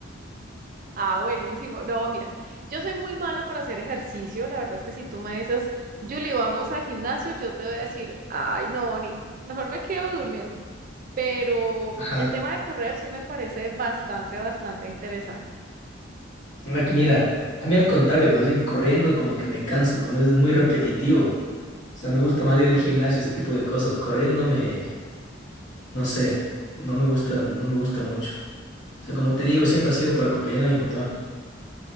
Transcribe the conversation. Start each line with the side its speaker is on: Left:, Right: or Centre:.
Right: Ah, buenísimo. No, mira, yo soy muy mala para hacer ejercicio. La verdad es que si tú me dices, Julie, vamos al gimnasio, yo te voy a decir, ay, no, ni, mejor me quedo durmiendo. Pero
Left: Ajá.
Right: el tema de correr sí me parece bastante, bastante interesante.
Left: Mira, que mira, a mí al contrario, más bien corriendo como que me canso, como es muy repetitivo. O sea, me gusta más ir al gimnasio, ese tipo de cosas. Corriendo me, no sé, no me gusta, no me gusta mucho. O sea, como te digo, siempre ha sido por acompañar a mi papá.